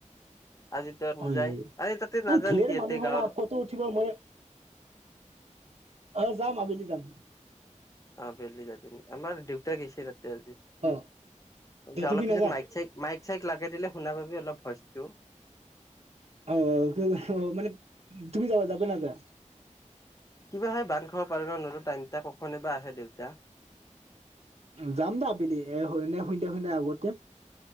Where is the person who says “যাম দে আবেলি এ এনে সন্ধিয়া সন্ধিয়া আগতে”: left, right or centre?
Right